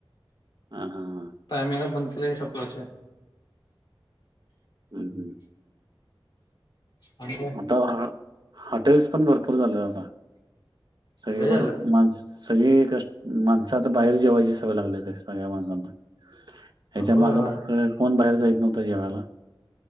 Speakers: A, on the right (about 50°); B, on the left (about 60°).
A: हा हा हां.
B: टाइमिंगा बन <unintelligible>
A: हम्म
B: आणि
A: हम्,
B: काय
A: आता हॉटेल्स पण भरपूर झाले आता, सगळे
B: लय
A: बर
B: झालं
A: माण सगळी क माणसात बाहेर जेवायची सवय लागल्या सगळ्या माणसांना. ह्याच्या
B: होय
A: मागं
B: होय
A: फक्त कोण बाहेर जाईत नव्हतं जेवायला.